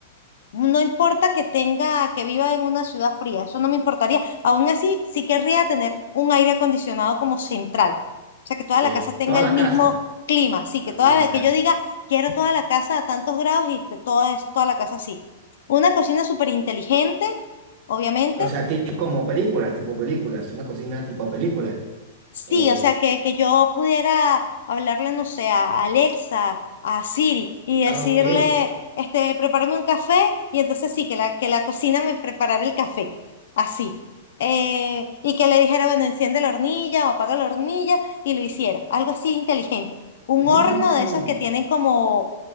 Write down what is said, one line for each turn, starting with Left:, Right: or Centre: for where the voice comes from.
Left: no importa que tenga, que viva en una ciudad fría, eso no me importaría. Aún así, sí querría tener un aire acondicionado como central. O sea, que toda
Right: ok.
Left: la casa tenga
Right: Toda la
Left: el mismo
Right: casa.
Left: clima. Sí,
Right: Para
Left: que toda
Right: toda la
Left: la-
Right: casa.
Left: que yo diga, quiero toda la casa a tantos grados y esté toda, es- toda la casa así. Una cocina súper inteligente, obviamente.
Right: O sea, tipo como películas, tipo películas. Una cocina tipo película.
Left: Sí,
Right: O.
Left: o sea, que, que yo pudiera hablarle, no sé, a Alexa, a Siri, y
Right: Ah,
Left: decirle,
Right: ok.
Left: este, prepárame un café, y entonces sí, que la, que la cocina me preparara el café, así. Eh, y que le dijera, bueno, enciende la hornilla o apaga la hornilla, y lo hiciera, algo así inteligente. Un
Right: Ujú.
Left: horno de esos que tienen como,